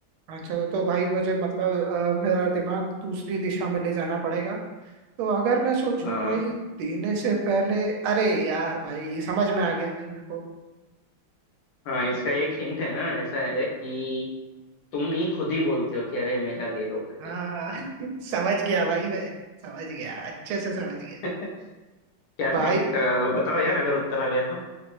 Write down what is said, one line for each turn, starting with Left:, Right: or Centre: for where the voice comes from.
Right: अच्छा तो भाई मुझे मतलब अ, मेरा दिमाग दूसरी दिशा में ले जाना पड़ेगा तो अगर मैं सोचूं
Left: हाँ
Right: भाई देने से पहले अरे यार भाई समझ में आ गया भाई मेरे को
Left: हाँ इसका एक हिंट है ना ऐसा है कि तुम ही खुद ही बोलते हो कि अरे मेरा ले लो करके
Right: हाँ <laughs> समझ गया भाई मैं समझ गया अच्छे से समझ गया
Left: <laughs> क्या
Right: भाई
Left: सम, अ, बताओ यार अगर उत्तर आ गया तो